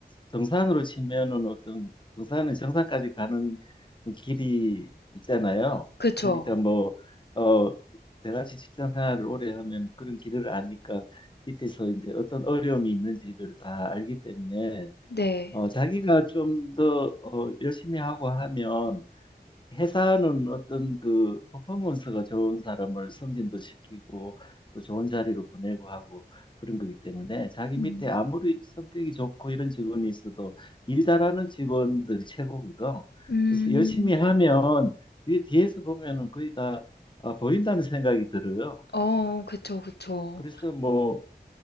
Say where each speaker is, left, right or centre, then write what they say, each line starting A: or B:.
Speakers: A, on the left; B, on the left.
A: 등산으로 치면은 어떤 등산은 정상까지 가는 길이 있잖아요.
B: 그쵸.
A: 그러니까 뭐, 어, 내같이 직장 생활을 오래 하면 그런 길을 아니까 밑에서 이제 어떤 어려움이 있는지를 다 알기 때문에
B: 네.
A: 어, 자기가 좀 더 어, 열심히 하고 하면 회사는 어떤 그 퍼포먼스가 좋은 사람을 승진도 시키고 또 좋은 자리로 보내고 하고 그런 거기 때문에 자기
B: 음,
A: 밑에 아무리 성격이 좋고 이런 직원이 있어도 일 잘하는 직원들이 최고거든.
B: 음,
A: 그래서 열심히 하면 위에 뒤에서 보면은 거의 다 아, 보인다는 생각이 들어요.
B: 어, 그쵸, 그쵸.
A: 그래서 뭐